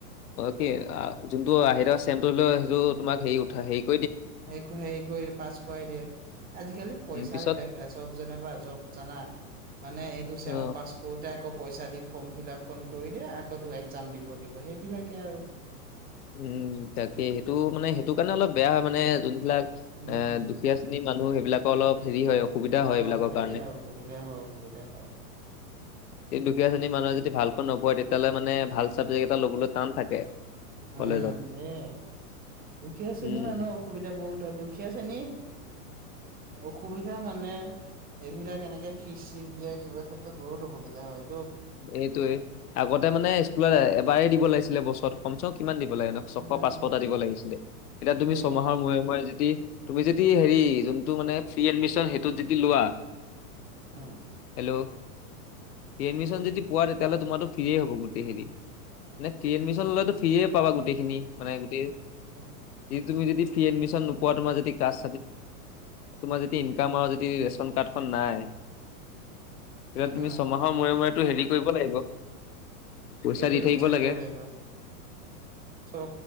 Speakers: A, on the left; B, on the right.
A: কি যোনটোও সেইটো তোমাক উ
B: হেৰি কৰি পাছ কৰাই দিয়ে আজিকালি পইচাৰিলাখিলা
A: উম পিছত
B: চব যেনিবা জব জানা মানে এই
A: অ
B: মই পাচ কৰোতে আকৌ পইচা দি ফৰ্ম ফিল আপ খ কৰি দিয় আগতো একজাম দিব দিব সেইবিলাকে আৰু
A: উম তাকে সেইটো মানে সেইটো কাৰণে অলপ বেয়া মানে যোন সবিলাক
B: উম
A: এ দুখীয়া শ্ৰেণীৰ মানুহ সেইবিলাকৰ অলপ হেৰি হয় অসুবিধা
B: অ
A: হয় এইবিলাকৰ
B: সেয়ে
A: কাৰণে
B: আৰু অসুবিধা হয় অসুবিধা হয়
A: এই দুখীয়া শ্ৰেণীৰ মানুহে যদি ভালকৈ নপোৱায় তেতিয়াহ'লে মানে ভাল চাবজেক্ট এটা ল'বলৈ টান থাকে
B: উম
A: কলেজত
B: সেই দুখীয়া শ্ৰেণী
A: উম
B: মানুহ অসুবিধা বহুত হয় দুখীয়া শ্ৰেণী অসুবিধা মানে এইবিলাক এনেকে ফিজ চিজ দিয়ে কিবা ক্ষেত্ৰত বহুত অসুবিধা হয়
A: এইটোয়ে আগতে মানে স্কুলত এবাৰ দিব লাগিছিলে বছৰত কম চ কিমান দ লাগে ন ছশ
B: উম
A: পাঁচশটা দিব লাগিছিলে এতিয়া
B: সেয়াই
A: তুমি ছয়মাহৰ মূৰে মূৰে যদি তুমি যদি হেৰি যোনটো মানে ফ্ৰী এডমিচন সেইটোত যদি লোৱা
B: হম
A: ল এডমিশন যদি পোৱা তেতিাহ'লে
B: কোৱা
A: তোমাৰটো ফ্ৰ হ'ব গোটেই খিনি মে ফ্ৰী এডমিচন ললেতো ফ্ৰিয়ে পাবা গোটেইখিনি মানে গোটেই।
B: অ
A: তুম যদি ফি এডমিন নোপোৱা তোম যদি কাচ। তোমাৰ যদি ইনকাম আৰু যদি ৰেচন কাৰ্ডখন নাই। এতিয়া
B: উম
A: তুমি ছমাহৰ মূৰে মূৰেতো হেৰি কৰিব লাগিব। পইচা
B: এইটো
A: দি থাকিব
B: পইছা
A: লাগে
B: দিব লাগিব চ